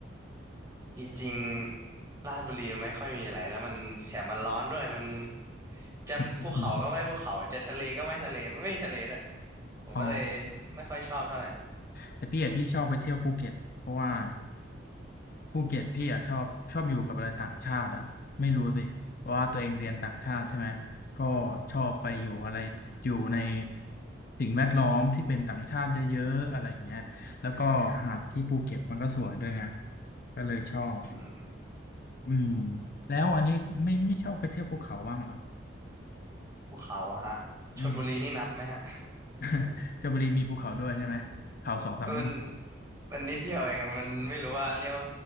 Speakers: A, on the right; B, on the left.
A: จริงๆลาดบุรีมันไม่ค่อยมีอะไรแล้วมันแถมมันร้อนด้วยมันจะภูเขาก็ไม่ภูเขาจะทะเลก็ไม่ทะเลมันไม่มีทะเลด้วย
B: <laughs>
A: ผมก็เลย
B: อ๋อ
A: ไม่ค่อยชอบเท่าไหร่
B: แต่พี่อะพี่ชอบไปเที่ยวภูเก็ตเพราะว่า ภูเก็ตพี่อ่ะชอบชอบอยู่กับอะไรต่างชาติอ่ะไม่รู้สิเพราะว่าตัวเองเรียนต่างชาติใช่ไหมก็ชอบไปอยู่อะไรอยู่ในสิ่งแวดล้อมที่เป็นต่างชาติเยอะๆอะไรอย่างเงี้ยแล้วก็หาดที่ภูเก็ตมันก็สวยด้วยไงก็เลยชอบ
A: อืม
B: อืมแล้วอันนี้ไม่ไม่ชอบไปเที่ยวภูเขาบ้างเหรอ
A: ภูเขาอะฮะชลบุรีนี่นับไหมฮะ
B: อืม <laughs> ชลบุรีมีภูเขาด้วยใช่ไหมเขาสองสามลูก
A: <laughs> มันมันนิดเดียวเองอะมันไม่รู้ว่าเรียกว่า